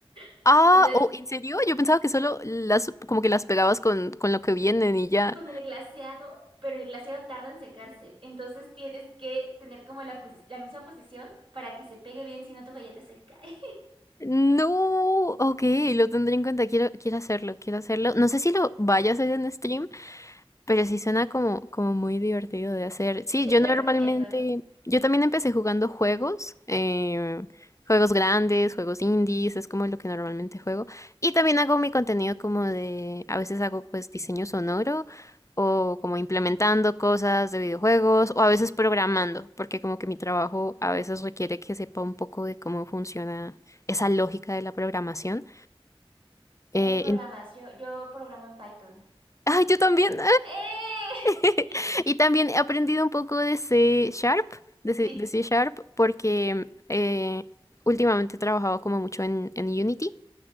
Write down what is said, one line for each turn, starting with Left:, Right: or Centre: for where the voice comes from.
Right: <laughs>
Left: Ah,
Right: Entonces,
Left: oh, ¿en serio? Yo pensaba que solo las, como que las pegabas con, con lo que vienen y ya.
Right: con el glaseado, pero el glaseado tarda en secarse. Entonces tienes que tener como la, posi- la misma posición para que se pegue bien, si no tu galleta se cae.
Left: No, ok, lo tendré en cuenta, quiero, quiero hacerlo, quiero hacerlo. No sé si lo vaya a hacer en stream, Pero sí suena como, como muy divertido de hacer.
Right: <laughs>
Left: Sí,
Right: Yo,
Left: yo
Right: yo
Left: normalmente,
Right: recomiendo.
Left: yo también empecé jugando juegos, eh, juegos grandes, juegos indies, es como lo que normalmente juego. Y también hago mi contenido como de, a veces hago pues diseño sonoro o como implementando cosas de videojuegos o a veces programando, porque como que mi trabajo a veces requiere que sepa un poco de cómo funciona esa lógica de la programación. Eh,
Right: ¿En qué programas?
Left: en-
Right: Yo, yo programo en Python.
Left: <laughs> ¡Ay, yo también!
Right: ¡Eh!
Left: <laughs>
Right: <laughs>
Left: Y también he aprendido un poco de C Sharp, de C,
Right: Sí,
Left: de C Sharp, porque eh, últimamente he trabajado como mucho en, en Unity.